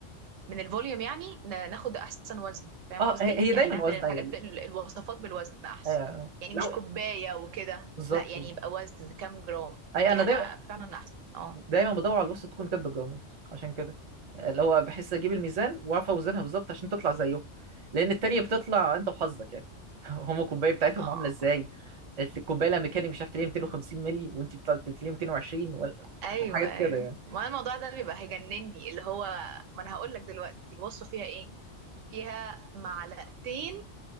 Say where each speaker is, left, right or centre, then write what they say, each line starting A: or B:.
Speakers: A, on the right; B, on the right.
A: من الفوليوم يعني ن- ناخد احسن وزن فاهم
B: اه
A: قصدي
B: هي هي
A: يعني
B: دايما
A: نعمل
B: وزن
A: الحاجات بال- الوصفات بالوزن احسن
B: ايوه
A: يعني
B: لو
A: مش كوبايه وكده
B: بالظبط
A: لا يعني يبقى وزن كام جرام
B: اي
A: دي
B: انا
A: حاجه
B: دايما
A: فعلا احسن اه
B: دايما بدور على الوسط تكون كاتبه الجرامات عشان كده اللي هو بحس اجيب الميزان واعرف اوزنها بالظبط عشان تطلع زيهم لان التانية بتطلع انت وحظك يعني <laughs> هم الكوبايه بتاعتهم
A: اه
B: عامله ازاي قالت لي الكوبايه الامريكاني مش عارف تلاقيها 250 مللي وانت بتطلع تلاقيها 220 ولا
A: ايوه
B: <laughs> حاجات
A: ايوه
B: كده يعني
A: ما الموضوع ده بيبقى هيجنني اللي هو ما انا هقول لك دلوقتي الوصفه فيها ايه فيها معلقتين